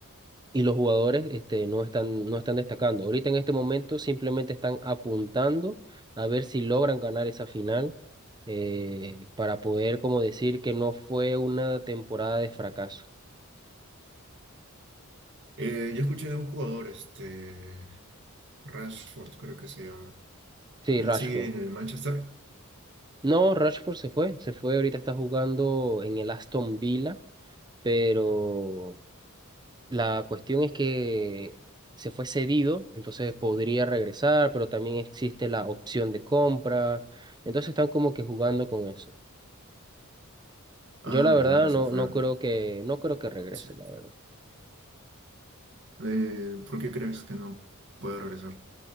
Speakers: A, on the right; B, on the right.
A: y los jugadores este, no están, no están destacando. Ahorita en este momento simplemente están apuntando a ver si logran ganar esa final eh, para poder como decir que no fue una temporada de fracaso.
B: Eh, yo escuché de un jugador, este, Rashford creo que se llama.
A: Sí,
B: ¿Él
A: Rashford.
B: sigue en el Manchester?
A: No, Rashford se fue, se fue, ahorita está jugando en el Aston Villa, pero la cuestión es que se fue cedido, entonces podría regresar, pero también existe la opción de compra, entonces están como que jugando con eso.
B: Ah,
A: Yo la verdad
B: ya, se
A: no,
B: fue.
A: no creo que, no creo que regrese,
B: Sí.
A: la verdad.
B: Eh, ¿por qué crees que no puede regresar?